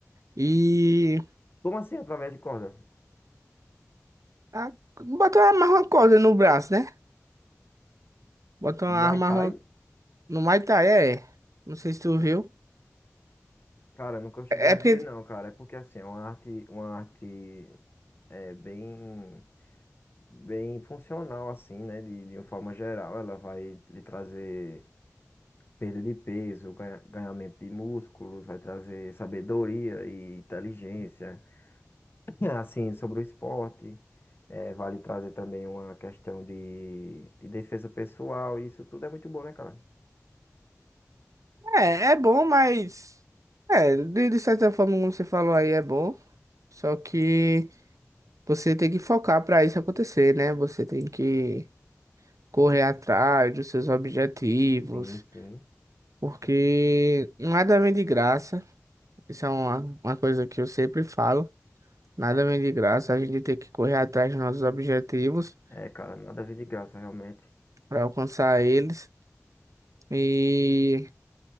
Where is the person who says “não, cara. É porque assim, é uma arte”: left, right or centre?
Left